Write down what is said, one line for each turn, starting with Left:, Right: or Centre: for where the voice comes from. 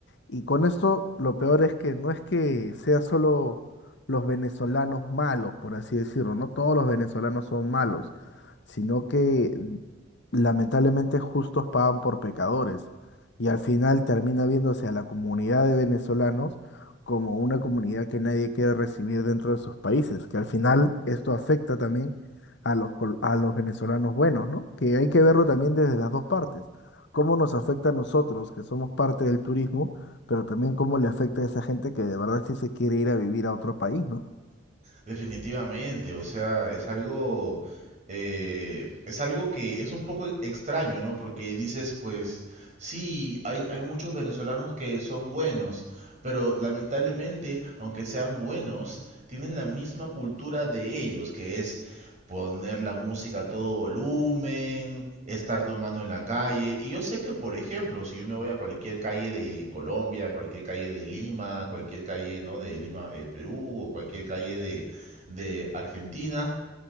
Left: Y con esto lo peor es que no es que sea solo los venezolanos malos, por así decirlo, no todos los venezolanos son malos, sino que lamentablemente justos pagan por pecadores y al final termina viéndose a la comunidad de venezolanos como una comunidad que nadie quiere recibir dentro de sus países, que al final esto afecta también a los, col- a los venezolanos buenos, ¿no? Que hay que verlo también desde las dos partes, cómo nos afecta a nosotros, que somos parte del turismo, pero también cómo le afecta a esa gente que de verdad sí se quiere ir a vivir a otro país, ¿no?
Right: Definitivamente, o sea, es algo, eh, es algo que es un poco extraño, ¿no? Porque dices, pues, sí, hay, hay muchos venezolanos que son buenos, pero lamentablemente, aunque sean buenos, tienen la misma cultura de ellos, que es poner la música a todo volumen, estar tomando en la calle. Y yo sé que, por ejemplo, si yo me voy a cualquier calle de Colombia, cualquier calle de Lima, cualquier calle, ¿no? de Lima, eh, Perú, o cualquier calle de de Argentina.